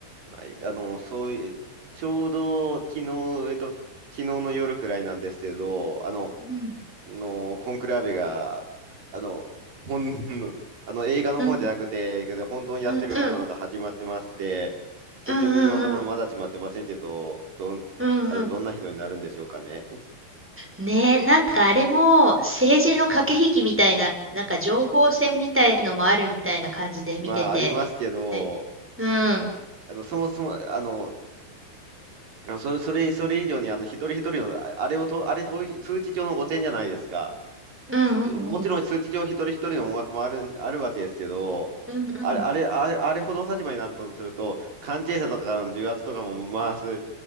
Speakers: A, on the right (about 50°); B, in the centre.
A: はい、あの、そういう、ちょうど昨日、えっと、昨日の夜くらいなんですけど、あの、
B: うん、
A: のコンクラーベが、あの、ほん、あの映画の方じゃなくて、
B: うん、
A: けど本当にやってる方なのが始まってまして、
B: うん、うん、
A: 結局今のところまだ決まってませんけど、
B: うん、うん、
A: どん、
B: うん、
A: あの、
B: うん。
A: どんな人になるんでしょうかね。
B: ねえ、なんかあれも政治の駆け引きみたいな、なんか情報戦みたいのもあるみたいな感じで見てて。
A: まあ、ありますけど、
B: ね。うん、
A: あの、そもそも、あの、それ、それ、それ以上に、あの、一人一人の、ああれをと、あれ、統一通知帳の5000じゃないですか。
B: うん、
A: すもちろん数値上一人一人の思惑もある、
B: うん、うん、
A: あるわけですけど、
B: うん、
A: あれ、
B: うん、
A: あれ、あれ、あれほどの立場になるとすると、関係者とかからの重圧とかも、まあ、す、